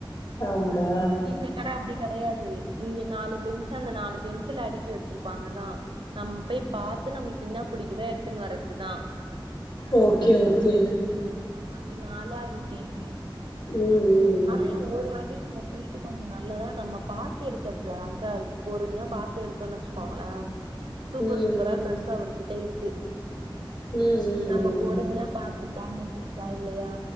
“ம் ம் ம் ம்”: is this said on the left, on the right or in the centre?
Left